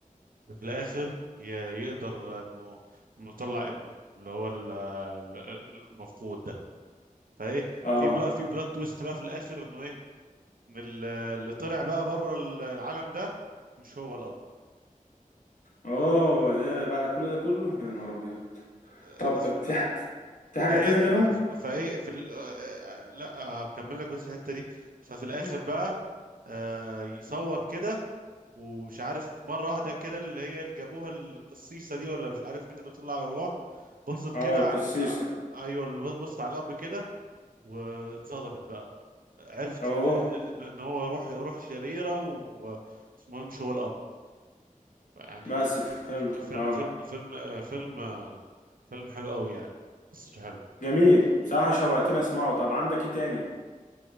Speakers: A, on the right; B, on the left.
A: في الاخر ي- يقدر انه انه يطلع ابنه اللي هو ال- ال- المفقود ده فايه
B: اه
A: في بلا في بلوت تويست بقى في الاخر انه ايه إن ال- اللي طلع بقى بره ال- العالم ده مش هو الاب
B: اوه يا بعد كل ده كله يا نهار ابيض
A: آه،
B: طب
A: اسمه
B: في ح... في حاجة
A: فايه
B: تاني غيرهم
A: فايه في ال... آه، آه، لا هكمل لك بس الحته دي ففي الاخر
B: ماشي
A: بقى آه، يصور كده ومش عارف مرة واحدة كده اللي هي اللي جابوها القصيصة دي ولا مش عارف مين اللي طلع أرواح بصت
B: اه
A: كده
B: القسيسة
A: على ال... آه، أيوه اللي بصت على الأب كده واتصدمت بقى عرفت
B: اوه
A: إن إن إن هو روح روح شريرة واسمه إيه مش هو الأب يعني
B: بس فهمتك
A: فيلم
B: اه
A: فيلم فيلم فيلم فيلم حلو قوي يعني قصته حلو
B: جميل بصراحة شوقتني اسمعه طب عندك ايه تاني